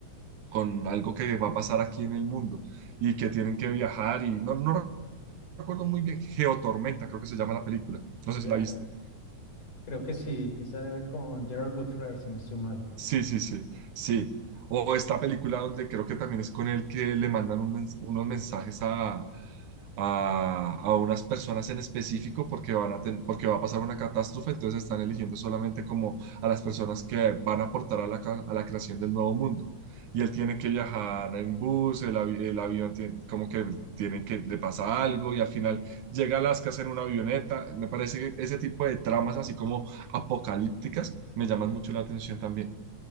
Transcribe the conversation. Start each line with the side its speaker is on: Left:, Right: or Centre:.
Right: con algo que va a pasar aquí en el mundo y que tienen que viajar y no, no recuerdo muy bien, Geotormenta creo que se llama la película, no
Left: Ya,
Right: sé si la viste.
Left: creo que sí, esa era con Gerald Butler, si no estoy mal.
Right: Sí, sí, sí, sí. O esta película donde creo que también es con él que le mandan un mens- unos mensajes a, a, a unas personas en específico porque van a ten- porque va a pasar una catástrofe, entonces están eligiendo solamente como a las personas que van a aportar a la, ca- a la creación del nuevo mundo. Y él tiene que viajar en bus, el, avi- el avión tiene, como que tiene que le pasa algo y al final llega a Alaska en una avioneta. Me parece que ese tipo de tramas así como apocalípticas me llaman mucho la atención también.